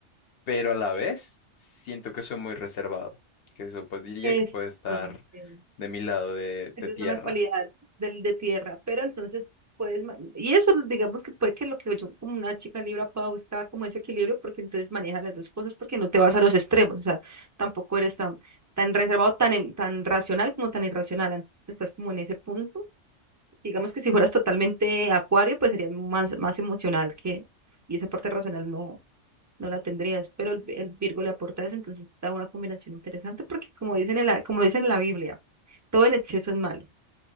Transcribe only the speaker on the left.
pero a la vez siento que soy muy reservado, que eso pues diría
que puede estar
de mi lado de,
de tierra.